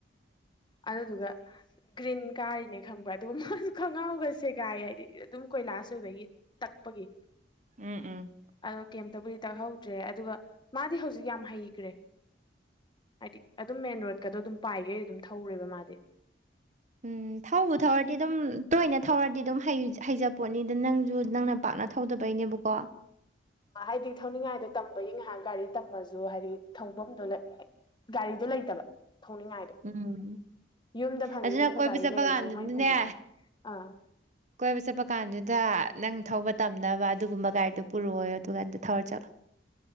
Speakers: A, on the left (about 25°); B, on the right (about 45°).
A: ꯑꯗꯨꯗꯨꯒ ꯒ꯭ꯔꯤꯟ ꯀꯥꯔꯤꯅꯦ ꯈꯪꯕ ꯑꯗꯨꯒ ꯈꯣꯡꯒꯥꯎꯒ ꯁꯦꯒꯥꯏ ꯍꯥꯏꯗꯤ ꯑꯗꯨꯝ ꯀꯈꯣꯏ ꯂꯥꯁ ꯑꯣꯏꯕꯒꯤ ꯇꯛꯄꯒꯤ
B: ꯎꯝ ꯎꯝ
A: ꯑꯗꯣ ꯀꯩꯝꯇꯕꯨꯗꯤ ꯇꯛꯍꯧꯗ꯭ꯔꯦ ꯑꯗꯨꯒ ꯃꯥꯗꯤ ꯍꯧꯖꯤꯛ ꯌꯥꯝ ꯍꯩꯈ꯭ꯔꯦ ꯍꯥꯏꯗꯤ ꯑꯗꯨꯝ ꯃꯦꯟ ꯔꯣꯗꯀꯗꯣ ꯑꯗꯨꯝ ꯄꯥꯏꯒꯦꯩ ꯑꯗꯨꯝ ꯊꯧꯔꯦꯕ ꯃꯥꯗꯤ
B: ꯎꯝ ꯊꯧꯕ ꯊꯧꯔꯗꯤ ꯑꯗꯨꯝ ꯇꯣꯏꯅ ꯊꯧꯔꯗꯤ ꯑꯗꯨꯝ ꯍꯩꯖꯄꯣꯠꯅꯤꯗ ꯅꯪꯁꯨ ꯅꯪꯅ ꯄꯥꯛꯅ ꯊꯧꯗꯕꯩꯅꯦꯕꯀꯣ
A: ꯍꯥꯏꯗꯤ ꯊꯧꯅꯤꯡꯉꯥꯏꯗ ꯇꯝꯕꯒꯤ ꯉꯥꯏꯍꯥꯛ ꯒꯥꯔꯤ ꯇꯝꯃꯁꯨ ꯍꯥꯏꯗꯤ ꯊꯧꯐꯝꯗꯣ ꯒꯥꯔꯤꯗꯨꯣ ꯂꯩꯇꯕ ꯊꯧꯅꯤꯡꯉꯥꯏ
B: ꯎꯝ
A: ꯌꯨꯝꯗ ꯐꯪꯉꯤ
B: ꯑꯗꯨꯅ
A: ꯌꯨꯝꯗ
B: ꯀꯣꯏꯕ
A: ꯒꯥꯔꯤ
B: ꯆꯠꯄ
A: ꯂꯩꯔꯁꯨ
B: ꯀꯥꯟꯗꯨꯗꯅꯦ
A: ꯃꯥꯏ ꯄꯨꯈ꯭ꯔꯅꯤ ꯑꯥ
B: ꯀꯣꯏꯕ ꯆꯠꯄ ꯀꯥꯟꯗꯨꯗ ꯅꯪ ꯊꯧꯕ ꯇꯝꯅꯕ ꯑꯗꯨꯒꯨꯝꯕ ꯒꯥꯔꯤꯗꯨꯣ ꯄꯨꯔꯛꯑꯣ ꯑꯗꯨꯒ ꯀꯥꯟꯗ ꯊꯧꯔ ꯆꯠꯂꯣ